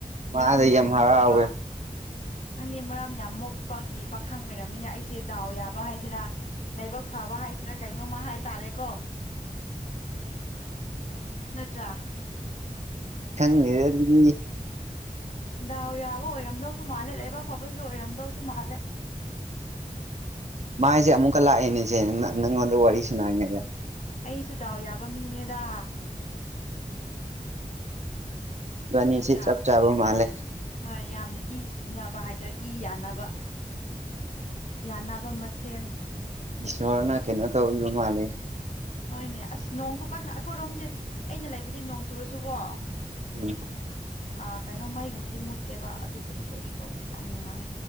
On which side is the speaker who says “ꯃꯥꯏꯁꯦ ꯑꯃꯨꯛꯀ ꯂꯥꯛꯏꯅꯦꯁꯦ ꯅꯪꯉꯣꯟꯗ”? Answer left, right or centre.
Right